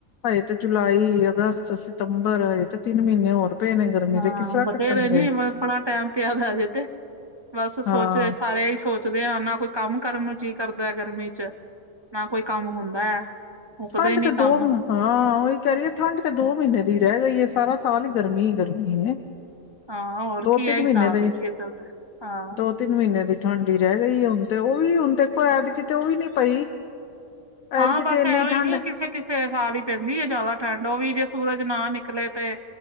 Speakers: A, on the left (about 75°); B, on the right (about 40°).
A: ਹਜੇ ਤੇ ਜੁਲਾਈ, ਅਗਸਤ, ਸਤੰਬਰ ਪਰ ਹਜੇ ਤੇ ਤਿੰਨ ਮਹੀਨੇ ਹੋਰ ਪਏ ਨੇ ਗਰਮੀ
B: ਹਾਂ
A: ਦੇ ਕਿਸ ਤਰ੍ਹਾਂ
B: ਬਤੇਰਾ
A: ਕੱਟਣਗੇ
B: ਹ ਜੀ ਬੜਾ ਟੈਮ ਪਿਆ ਦਾ ਹਜੇ ਤੇ ਬਸ
A: ਹਾਂ
B: ਸੋਚਦੇ ਸਾਰੇ ਹੀ ਸੋਚਦੇ ਆ ਨਾ ਕੁਛ ਕੰਮ ਕਰਨ ਨੂੰ ਜੀਅ ਕਰਦਾ ਗਰਮੀ ਚ ਨਾ ਕੋਈ ਕੰਮ ਹੁੰਦਾ ਹੈ। ਮੁੱਕਦਾ
A: ਠੰਢ
B: ਹੀ ਨੀ
A: ਤੇ
B: ਕੰਮ
A: ਦੋ ਮ ਹਾਂ ਉਹੀ ਕਹਿ ਰਹੀ ਹੈ ਠੰਢ ਤੇ ਦੋ ਮਹੀਨੇ ਦੀ ਰਹਿ ਗਈਏ ਸਾਰਾ ਸਾਲ ਗਰਮੀ ਹੀ ਗਰਮੀ ਹੇ
B: ਹਾਂ ਹੋਰ
A: ਦੋ
B: ਕੀ
A: ਤਿੰਨ
B: ਹੈ ਹਿਸਾਬ
A: ਮਹੀਨੇ ਦੇ,
B: ਹੈ ਜੀ ਇੱਧਰ ਤੇ ਹਾਂ
A: ਦੋ ਤਿੰਨ ਮਹੀਨੇ ਦੀ ਠੰਡੀ ਰਹਿ ਗਈ ਹੈ ਹੁਣ ਤੇ ਉਹ ਉਹ ਵੀ ਹੁਣ ਦੇਖੋ ਐਤ ਕਿ ਤੇ ਉਹ ਵੀ ਨੀ ਪਈ
B: ਹਾਂ
A: ਐਤਕੀ
B: ਬਸ
A: ਤੇ ਇੰਨੀ
B: ਐੋ ਹੋ
A: ਠੰਡ
B: ਈ ਏ ਕਿਸੇ ਕਿਸੇ ਸਾਲ ਹੀ ਪੈਂਦੀ ਹੈ ਜ਼ਿਆਦਾ ਠੰਡ ਓ ਵੀ ਜੇ ਸੂਰਜ ਨਾ ਨਿਕਲੇ ਤੇ